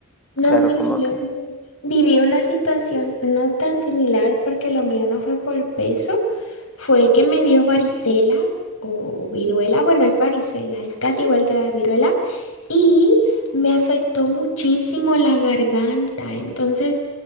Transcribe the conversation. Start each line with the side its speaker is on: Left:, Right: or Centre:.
Left: No,
Centre: Claro,
Left: mira,
Centre: como
Left: yo
Centre: que,
Left: viví una situación no tan similar porque lo mío no fue por peso, fue que me dio varicela o viruela, bueno, es varicela, es casi igual que la viruela, y me afectó muchísimo la garganta, entonces